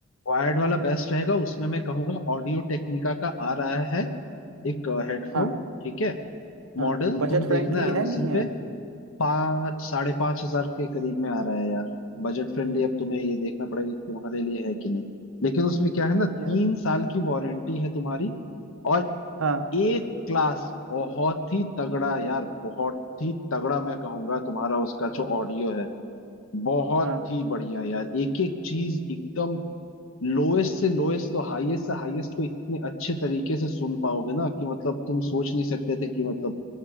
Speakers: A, on the left; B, on the right.
A: वायर्ड वाला बेस्ट रहेगा उसमें मैं कहूंगा ऑडियो टेक्निका का आ रहा है एक हेडफोन
B: हाँ
A: ठीक है
B: हाँ
A: मॉडल
B: बजट
A: तुम
B: फ्रेंडली
A: देखना
B: है
A: amazon
B: नहीं है
A: पे पाँच साढ़े पाँच हजार के करीब में आ रहा है यार बजट फ्रेंडली अब तुम्हें ये देखना पड़ेगा कि तुम्हारे लिए है कि नहीं लेकिन उसमें क्या है ना तीन
B: यार
A: साल की वारंटी है तुम्हारी और
B: हाँ
A: एक क्लास बहुत ही तगड़ा यार बहुत ही तगड़ा मैं कहूंगा तुम्हारा उसका जो ऑडियो है बहुत
B: हाँ
A: ही बढ़िया यार एक एक चीज एकदम लोएस्ट से लोएस्ट तो हाईएस्ट से हाईएस्ट को इतने अच्छे तरीके से सुन पाओगे ना कि मतलब तुम सोच नहीं सकते थे कि मतलब